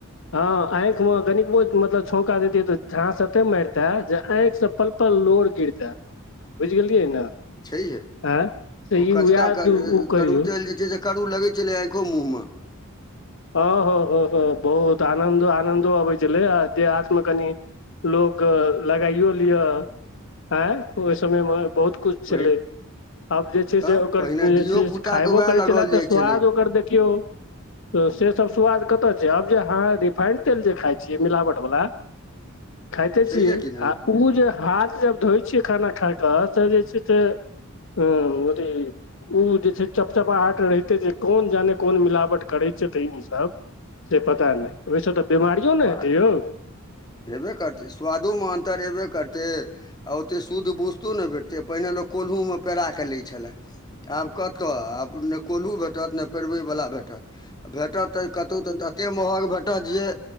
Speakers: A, on the left (about 60°); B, on the left (about 20°).
A: ह आंखि मे कनिकबो मतलब छौंका देतीये ते झांस एते मारिते जे आंखि से पल पल लोर गिरते ते बुइझ गेलियै ने
B: छैहे
A: आँय तऽ
B: ओ
A: ई उएह
B: कचका
A: ओ करियौ
B: करु तेल जे छै से करू लगै छलै आँखो मुँह मे
A: हँ हँ ह ह बहुत आनन्दो आनन्दो अबै छलै दे हाथ मे कनि लोक लगाइयो लिअ आँ ओहि समय मे बहुत कुछ
B: पहिने
A: छेलै आब जे छै
B: तऽ
A: से ओकर
B: पहिने
A: जे
B: धियोपुताके
A: छै से खायबो
B: उएह
A: करै
B: लगाओल
A: छलए
B: जाइ
A: तऽ स्वाद
B: छलै
A: ओकर देखियौ से सभ स्वाद कतय छै आब जे अहाँ रिफाइंड तेल जे खाइ छियै मिलावट बला खाइते
B: छैहे
A: छियै
B: कि ने
A: आ ऊ जे हाथ से धोइ छियै खाना खा कऽ तऽ जे छै से अथी उ जे छै चपचपाहट रहिते छै कोन जाने कोन मिलावट करै छथिन ई सभ से पता नय ओहिसँ तऽ बिमारियो
B: स्वाद
A: ने हेतै यौ
B: हेबे करतै स्वादो मे अन्तर हेबे करतै आ ओते शुद्ध वोस्तो नय भेटतै पहिने लोक कोलहु मे पेरा कऽ लै छलै आब कतय आब ने कोल्हु भेटत नय पेड़बै वला भेटत भेटत तऽ कतहु तऽ एते महग भेटत जे